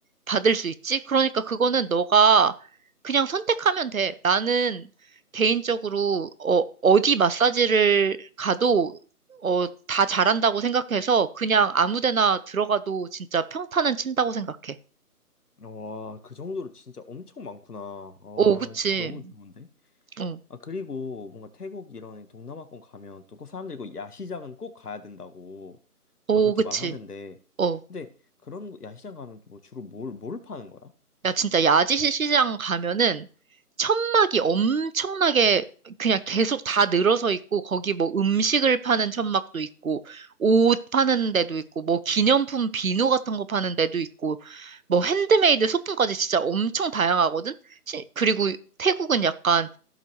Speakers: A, on the right; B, on the left.
A: 받을 수 있지? 그러니까 그거는 너가 그냥 선택하면 돼. 나는 개인적으로 어, 어디 마사지를 가도 어, 다 잘한다고 생각해서 그냥 아무 데나 들어가도 진짜 평타는 친다고 생각해.
B: 와, 그 정도로 진짜 엄청 많구나. 와,
A: 오, 그치.
B: 씨, 너무 좋은데?
A: 어,
B: 아, 그리고 뭔가 태국 이런 동남아권 가면 또 꼭 사람들이 그 야시장은 꼭 가야 된다고
A: 오,
B: 막 그렇게
A: 그치.
B: 말하던데.
A: 어.
B: 근데 그런 야시장 가면 뭐 주로 뭘, 뭘 파는 거야?
A: 야, 진짜 야지시 시장 가면은 천막이 엄청나게 그냥 계속 다 늘어서 있고, 거기 뭐 음식을 파는 천막도 있고, 옷 파는 데도 있고, 뭐 기념품 비누 같은 거 파는 데도 있고, 뭐 핸드메이드 소품까지 진짜 엄청 다양하거든? 시- 그리고 태국은 약간,